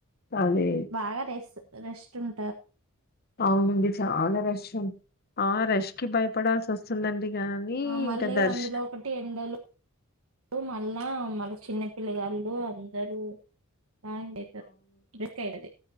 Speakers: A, on the left (about 45°); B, on the right (about 75°).
A: అదే
B: బాగా రెసు రెస్ట్ టున్
A: ఔనండి చాలా రష్ ఆ రష్ కి భయపడాల్సి వస్తుందండి కానీ
B: ఆ మళ్ళీ
A: ఇంకా దర్శ
B: అందులో ఒకటి ఎండలు ఉ మా మల్లా మలు చిన్న పిల్లగాళ్ళు అందరూ ఆయండీ ఇద్దర్ రిస్ కాయితది